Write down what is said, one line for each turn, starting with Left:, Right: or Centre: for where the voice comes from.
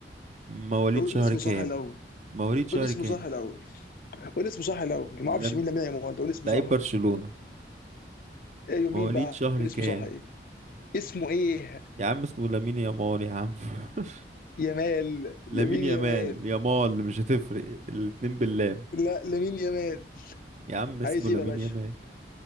Right: مواليد
Left: قول
Right: شهر
Left: اسمه
Right: كام؟
Left: صح الأول
Right: مواليد شهر
Left: قول اسمه
Right: كام؟
Left: صح الأول قول اسمه صح الأول ما
Right: لم...
Left: اعرفش مين لامين يامال ده قول اسمه
Right: لعيب
Left: صح
Right: برشلونة
Left: ايوه
Right: مواليد
Left: مين بقى
Right: شهر
Left: قول
Right: كام؟
Left: اسمه صح ايه اسمه ايه
Right: يا عم اسمه لامين يامال يا عم <laughs>
Left: يمال
Right: لامين
Left: يمين
Right: يامال
Left: يمال
Right: يامال مش هتفرق الاتنين باللام
Left: لا لامين يمال
Right: يا عم اسمه
Left: عايز ايه
Right: لامين
Left: بقى يا باشا
Right: يامال